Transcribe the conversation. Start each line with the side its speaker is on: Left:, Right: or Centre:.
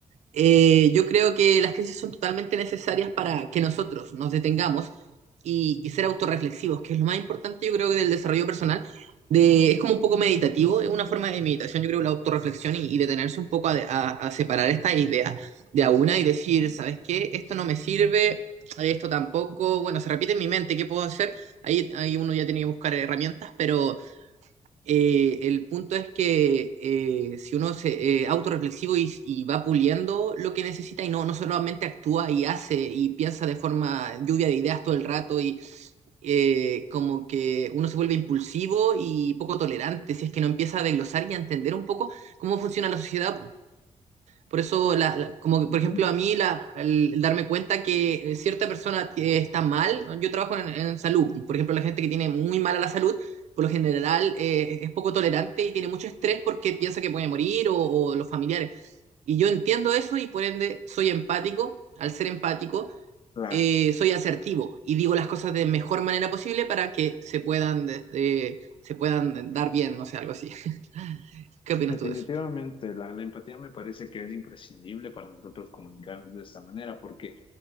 Right: eh, yo creo que las crisis son totalmente necesarias para que nosotros nos detengamos y, y ser autorreflexivos, que es lo más importante, yo creo que del desarrollo personal. De, es como un poco meditativo, es una forma de meditación, yo creo, la autorreflexión y, y detenerse un poco a, a- a separar esta idea de a una y decir, ¿sabes qué? Esto no me sirve, esto tampoco, bueno, se repite en mi mente, ¿qué puedo hacer? Ahí, ahí uno ya tiene que buscar herramientas, pero eh, el punto es que eh, si uno se eh, autorreflexivo y, y va puliendo lo que necesita y no, no solamente actúa y hace y piensa de forma lluvia de ideas todo el rato y eh, como que uno se vuelve impulsivo y poco tolerante, si es que no empieza a desglosar y a entender un poco cómo funciona la sociedad, por eso, la, la- como que,
Left: Ujú.
Right: por ejemplo, a mí la, el darme cuenta que eh, cierta persona eh, está mal, ¿no? yo trabajo en, en salud, por ejemplo, la gente que tiene muy mala la salud, por lo general eh, es poco tolerante y tiene mucho estrés porque piensa que puede morir o, o los familiares. Y yo entiendo eso y por ende soy empático, al ser empático,
Left: Claro.
Right: eh, soy asertivo y digo las cosas de mejor manera posible para que se puedan, eh, se puedan dar bien, no sé, algo así. <laughs> ¿Qué opinas
Left: Definitivamente,
Right: tú de eso?
Left: la, la empatía me parece que es imprescindible para nosotros comunicarnos de esta manera, porque